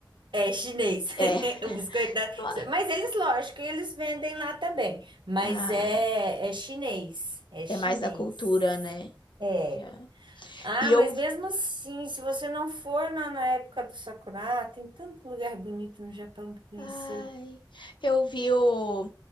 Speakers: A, on the right; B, on the left.
A: É chinês.
B: É.
A: <laughs> O biscoito da...
B: <laughs>
A: Mas eles, lógico, eles vendem lá também. Mas
B: Ah,
A: é, é chinês. É chinês.
B: é mais da cultura, né?
A: É.
B: Já.
A: Ah,
B: E eu,
A: mas mesmo assim, se você não for na, na época do Sakura, tem tanto lugar bonito no Japão para conhecer.
B: ai, eu vi o,